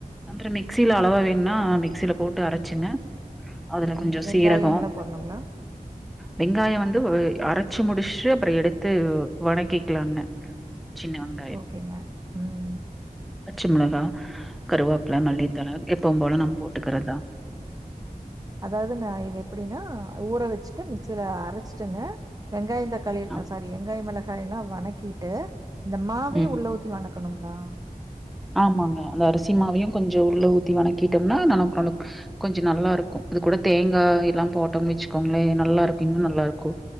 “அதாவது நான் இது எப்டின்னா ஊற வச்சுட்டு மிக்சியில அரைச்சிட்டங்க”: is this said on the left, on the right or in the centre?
Right